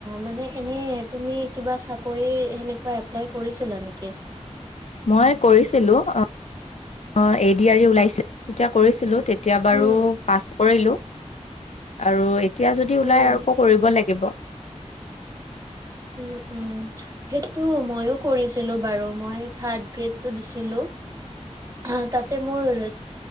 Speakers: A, on the right; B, on the left.
A: মানে এনে তুমি কিবা চাকৰি সেনেকুৱা এপ্লাই কৰিছিলা নেকি
B: মই কৰিছিলো অ অ এদিয়াৰি ওলাইছিল তেতিয়া কৰিছিলো তেত তেতিয়া বাৰু
A: উম
B: পাছ কৰিলো আৰু এতিয়া যদি
A: উম
B: ওলাই আকৌ কৰিব লাগ গিব
A: উম উম সেইটো মইয়ো কৰিছিলো বাৰু মই থাৰ্ড গ্ৰেডটো দিছিলো অ তাতে মোৰ